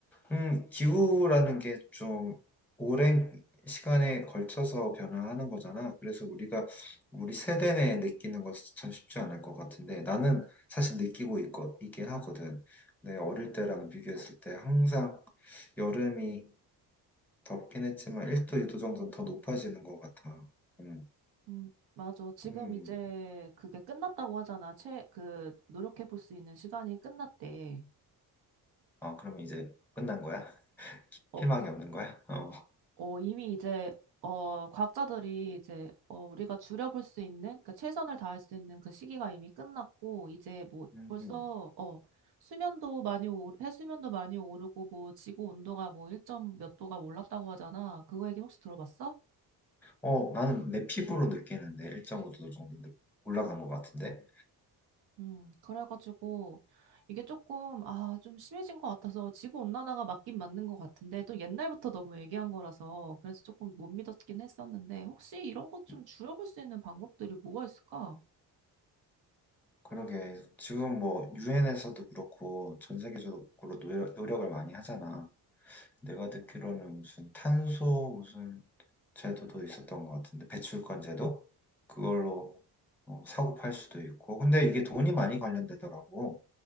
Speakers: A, in the centre; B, on the right (about 70°).
A: 음, 기후라는 게 좀 오랜 시간에 걸쳐서 변화하는 거잖아. 그래서 우리가 우리 세대 내에 느끼는 것은 참 쉽지 않을 것 같은데 나는 사실 느끼고 있거, 있긴 하거든. 내 어릴 때랑 비교했을 때 항상 여름이 덥긴 했지만 1도, 2도 정도는 더 높아지는 것 같아. 음,
B: 음, 맞아. 지금
A: 음.
B: 이제 그게 끝났다고 하잖아. 최, 그, 노력해 볼 수 있는 시간이 끝났대.
A: 아, 그러면 이제 끝난 거야?
B: 어,
A: 희망이 없는 거야? 어.
B: 어, 이미 이제, 어, 과학자들이 이제, 어, 우리가 줄여볼 수 있는, 그 최선을 다할 수 있는 그 시기가 이미 끝났고, 이제 뭐,
A: 음.
B: 벌써,
A: 음.
B: 어, 수면도 많이 오, 해수면도 많이 오르고, 뭐, 지구 온도가 뭐, 1점 몇 도가 올랐다고 하잖아. 그거 얘기 혹시 들어봤어?
A: 어, 나는 내 피부로 느끼는데 1.5도 정도 느- 올라간 것 같은데.
B: 음, 그래가지고 이게 조금 아, 좀 심해진 것 같아서 지구 온난화가 맞긴 맞는 것 같은데 또 옛날부터 너무 얘기한 거라서 그래서 조금 못 믿었긴 했었는데 혹시 이런 것 좀
A: 음,
B: 줄여볼 수 있는 방법들이 뭐가 있을까?
A: 그러게 지금 뭐 유엔에서도 그렇고 전 세계적으로 노력, 노력을 많이 하잖아. 내가 듣기로는 무슨 탄소 무슨 제도도 있었던 것 같은데 배출권 제도 그걸로 어, 사고 팔 수도 있고. 근데 이게 돈이 많이 관련되더라고.